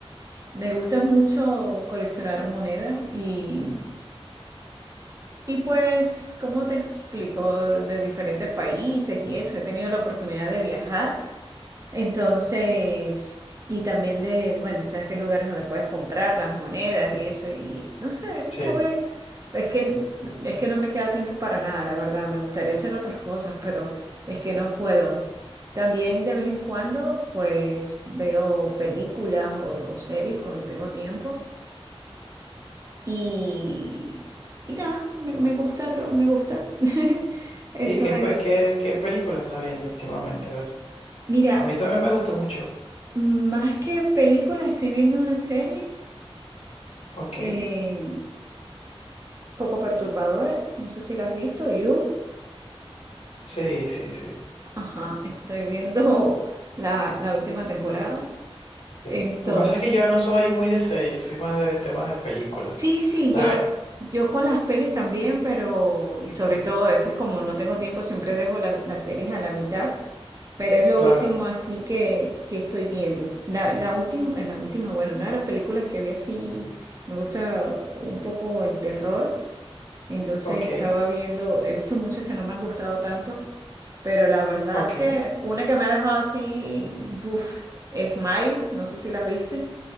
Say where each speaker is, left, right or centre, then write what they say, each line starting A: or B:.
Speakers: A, on the right; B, on the left.
A: me gusta mucho coleccionar monedas y, y pues, ¿cómo te explico? De diferentes países y eso. He tenido la oportunidad de viajar. Entonces, y también de, bueno, sabes que hay lugares donde puedes comprar las monedas y eso, y no sé,
B: Sí.
A: joven, es que, es que no me queda tiempo para nada, la verdad, me gustaría hacer otras cosas, pero es que no puedo. También de vez en cuando, pues veo películas o, o series cuando tengo tiempo y, y nada, me, me gusta, lo- me gusta <laughs> eso
B: Sí, ¿qué,
A: de,
B: pe- qué, qué película estás viendo últimamente? A ver.
A: mira,
B: A mí también me gusta mucho.
A: más que películas, estoy viendo una serie.
B: Ok.
A: eh, poco perturbadora. No sé si la has visto, You.
B: Sí, sí, sí.
A: Ajá, estoy viendo <laughs> la, la última temporada. Entonces,
B: Sí. Lo que pasa es que yo no soy muy de serie, soy más de temas de películas.
A: sí,
B: <laughs>
A: sí,
B: Claro,
A: yo, yo con las pelis también, pero, y sobre todo a veces como no tengo tiempo, siempre dejo la- las series a la mitad, pero es lo
B: claro.
A: último así que, que estoy viendo. La, la última, la última, bueno, una de las películas que vi así, me gusta un poco el terror, entonces
B: Ok.
A: estaba viendo, he visto muchas que no me han gustado tanto, Pero la verdad
B: Ok.
A: que una que me ha dejado así, uff, Smile, no sé si las viste.